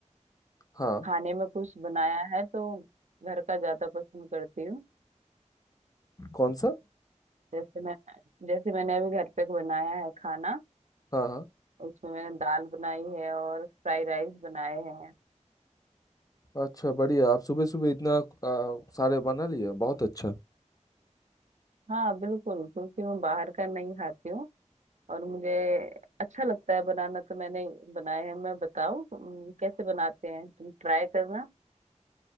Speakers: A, on the left (about 30°); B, on the right (about 70°).
A: हाँ
B: खाने में कुछ बनाया है तो घर का ज्यादा पसंद करती हूँ
A: कौन सा
B: जैसे मैं जैसे मैंने अभी घर पे बनाया है खाना
A: हाँ हाँ
B: उसमें मैंने दाल बनाई है और फ्राइड राइस बनाए हैं
A: अच्छा बढ़िया आप सुबह सुबह इतना आ, सारे बना लिए बहुत अच्छा
B: हाँ बिल्कुल क्योंकि मैं बाहर का नहीं खाती हूँ और मुझे अच्छा लगता है बनाना तो मैंने बनाए हैं मैं बताओ उम, कैसे बनाते हैं तुम ट्राई करना